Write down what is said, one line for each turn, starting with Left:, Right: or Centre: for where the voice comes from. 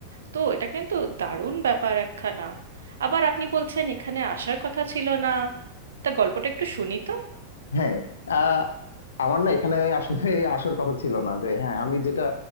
Right: তো এটা কিন্তু দারুণ ব্যাপার একখানা আবার আপনি বলছেন এখানে আসার কথা ছিল না তা গল্পটা একটু শুনি তো
Left: হ্যাঁ আহ, আমার না এখানে আসলে আসার কথা ছিল না যে হ্যাঁ আমি যেটা